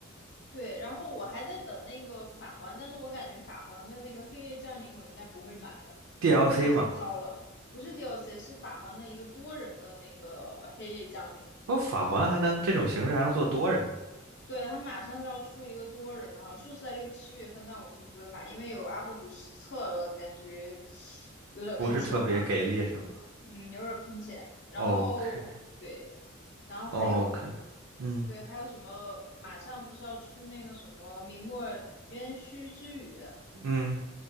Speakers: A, on the left; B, on the right.
A: 对，然后我还在等那个法环，但是我感觉法环的那个黑夜降临我应该不会买了，
B: DLC
A: 因为我被吐槽了。
B: 嘛。
A: 不是 DLC，是法环的一个多人的那个黑夜降临。
B: 哦，法环还能这种形式还能做多人呢，
A: 对，他马上就要出一个多人的，好像说是在六七月份，但我估计不会买，因为有 UP 主实测了，感觉有点坑钱吧，
B: 不是特别给力是吗
A: 嗯，有点坑钱。
B: ？OK
A: 然后对，然后还有
B: OK，嗯
A: 对，还有什么？马上不是要出那个什么明末渊虚之雨？
B: 嗯